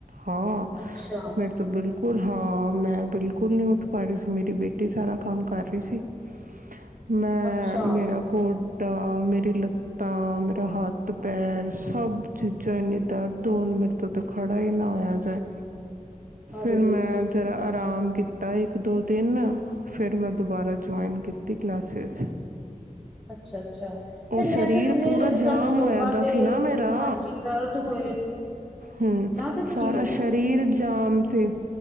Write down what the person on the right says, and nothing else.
ਹਾਂ
ਮੇਰੇ ਤੋਂ ਬਿਲ ਕੋਲ ਹਾਂ ਮੈਂ ਬਿਲਕੁਲ ਨ੍ਹੀਂ ਉੱਠ ਪਾ ਰਹੀ ਸੀ ਮੇਰੀ ਬੇਟੀ ਸਾਰਾ ਕੰਮ ਕਰ ਰਹੀ ਸੀ। ਮੈਂ
ਮੇਰਾ ਗੋਡਾ ਮੇਰੀ ਲੱਤਾਂ, ਮੇਰਾ ਹੱਥ, ਪੈਰ ਸਭ ਚੀਜ਼ਾਂ ਇੰਨੀਂ ਦਰਦ ਹੋਨ ਮੇਰੇ ਤੋਂ ਤਾਂ ਖੜਾ ਈ ਨਾ ਹੋਇਆ ਜਾਏ। ਫਿਰ
ਮੈਂ ਜਰ੍ਹਾ ਆਰਾਮ ਕੀਤਾ। ਤਾ ਇੱਕ ਦੋ ਦਿਨ ਫਿਰ ਮੈਂ ਦੁਬਾਰਾ ਜੁਆਇਨ ਕੀਤੀ ਕਲਾਸਿਸ
ਉਹ
ਸਰੀਰ
ਪੂਰਾ
ਜਾਮ
ਹੋਇਆ ਦਾ
ਸੀ ਨਾ ਮੇਰਾ,
ਹਮ
ਸਾਰਾ
ਸਰੀਰ ਜਾਮ ਸੀ